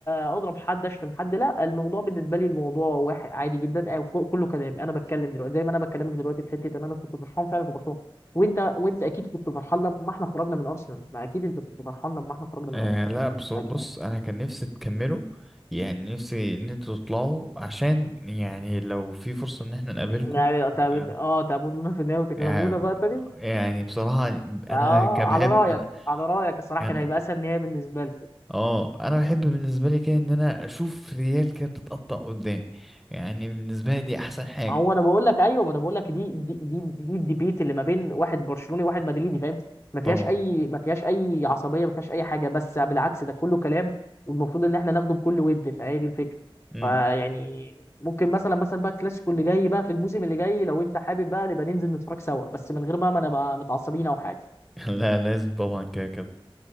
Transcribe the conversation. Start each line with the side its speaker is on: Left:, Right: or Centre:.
Left: اضرب حد اشتم حد لا الموضوع بالنسبه لي الموضوع واحد عادي جدا آه، كل- كله كلام انا بتكلم دلوقتي زي ما انا بكلمك دلوقتي في حته ان انا كنت فرحان فعلا في برشلونه وانت وانت اكيد كنت فرحان لما احنا خرجنا من ارسنال ما اكيد انت كنت فرحان لما احنا خرجنا من
Centre: آه
Left: ارسنال
Centre: لا بص, بص
Left: أكيد.
Centre: انا كان نفسي تكملوا يعني نفسي ان انتوا تطلعوا عشان يعني لو في فرصة ان احنا نقابلكم
Left: يعني تعب-
Centre: آه.
Left: اه تعبونا في النهاية وتكسبونا
Centre: يعني
Left: بقى تاني
Centre: يعني بصراحة انا
Left: اه
Centre: كبحب
Left: على رايك
Centre: انا
Left: على رايك الصراحه
Centre: يعني
Left: كان هيبقى اسهل نهائي بالنسبه لي
Centre: اه انا بحب بالنسبة لي كده ان انا اشوف ريال كده بتتقطع قدامي يعني بالنسبة لي دي احسن حاجة
Left: هو انا بقول لك ايوه ما انا بقول لك دي دي دي, دي الديبيت اللي ما بين واحد برشلوني وواحد مدريدي فاهم ما فيهاش
Centre: طبعا
Left: اي ما فيهاش اي عصبيه ما فيهاش اي حاجه بس بالعكس ده كله كلام والمفروض ان احنا ناخده بكل ود فهي دي الفكره
Centre: مم.
Left: فيعني ممكن مثلا مثلا بقى الكلاسيكو اللي جاي بقى في الموسم اللي جاي لو انت حابب بقى نبقى ننزل نتفرج سوا بس من غير بقى ما نبقى متعصبين او حاجه
Centre: <laughs> لا لازم طبعا كده كده